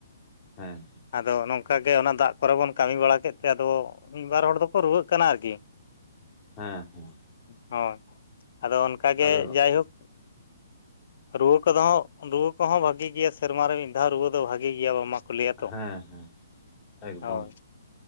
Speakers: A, on the left; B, on the left.
A: ᱦᱮᱸ
B: ᱟᱫᱚ ᱱᱚᱝᱠᱟ ᱜᱮ ᱚᱱᱟ ᱫᱟᱜ ᱠᱚᱨᱮ ᱵᱚᱱ ᱠᱟᱹᱢᱤ ᱵᱟᱲᱟ ᱠᱮᱫ ᱛᱮ ᱟᱫᱚ ᱢᱤᱫ ᱵᱟᱨ ᱦᱚᱲ ᱫᱚᱠᱚ ᱨᱩᱣᱟᱹᱜ ᱠᱟᱱᱟ ᱟᱨᱠᱤ᱾
A: ᱦᱮᱸ᱾
B: ᱚ ᱟᱫᱚ ᱚᱱᱠᱟᱜᱮ
A: ᱟᱫᱚ
B: ᱡᱟᱭᱦᱳᱠ ᱨᱩᱣᱟᱹ ᱠᱚᱫᱚ ᱦᱚᱸ ᱨᱩᱣᱟᱹ ᱠᱚᱦᱚᱸ ᱵᱷᱟᱜᱤ ᱜᱮᱭᱟ ᱥᱮᱨᱢᱟ ᱨᱮ ᱢᱤᱫ ᱫᱷᱟᱣ ᱨᱩᱣᱟᱹ ᱫᱚ ᱵᱷᱟᱜᱤ ᱜᱮᱭᱟ ᱵᱟᱝᱟᱢᱟ᱾ ᱠᱚ ᱞᱟᱹᱭ-ᱟ
A: ᱦᱮᱸ
B: ᱛᱚ
A: ᱦᱮᱸ ᱮᱠᱫᱚᱢ
B: ᱦᱳᱭ᱾